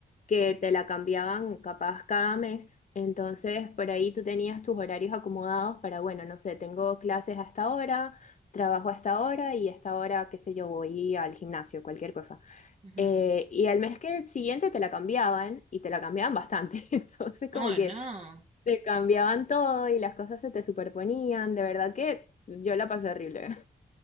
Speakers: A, on the left; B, on the right.
A: que te la cambiaban capaz cada mes, entonces por ahí tú tenías tus horarios acomodados para, bueno, no sé, tengo clases hasta ahora, trabajo hasta ahora y hasta ahora, qué sé yo, voy al gimnasio, cualquier cosa.
B: Ujú.
A: Eh, y al mes que siguiente te la cambiaban y te la cambiaban bastante. <laughs> Entonces
B: Ay,
A: como que
B: no.
A: te cambiaban todo y las cosas se te superponían. De verdad que yo la pasé horrible. <laughs>